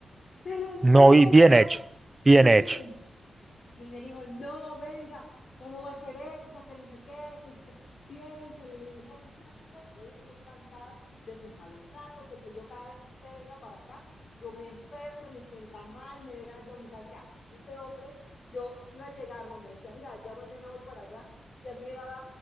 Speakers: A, on the left; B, on the right.
A: Pero
B: No,
A: no,
B: y bien
A: co-
B: hecho, bien
A: sí,
B: hecho.
A: y él le dijo, no, venga, ¿cómo va a ser eso? Que no sé qué, que usted piense. Y le dije, no, busque una persona. Ya yo estoy cansada de sus malos tratos, de que yo cada vez que usted venga para acá, yo me enferme, me sienta mal, me dé ganas de vomitar. Mira, ese hombre, yo iba a llegar, no me decía, mira, ya mañana voy para allá. Y a mí me daba